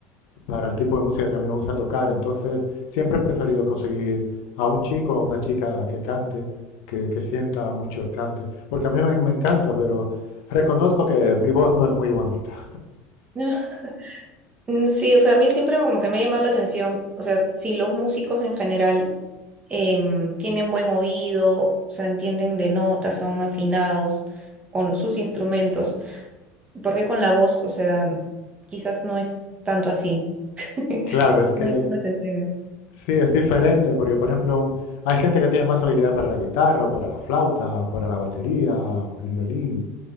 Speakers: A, on the left (about 70°); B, on the right (about 20°).
A: para el tipo de música que a mí me gusta tocar. Entonces, siempre he preferido conseguir a un chico o a una chica que cante, que, que sienta mucho el cante, porque a mí me, me encanta, pero reconozco que mi voz no es muy bonita.
B: <laughs> Mm, Sí, o sea, a mí siempre como que me ha llamado la atención, o sea, si los músicos en general em, tienen buen oído, o sea, entienden de notas, son afinados con sus instrumentos, porque con la voz, o sea, quizás no es tanto así? <laughs>
A: Claro, es que
B: Me llama la atención eso.
A: sí, es diferente, porque por ejemplo, un- hay gente que tiene más habilidad para la guitarra o para la flauta o para la batería o el violín.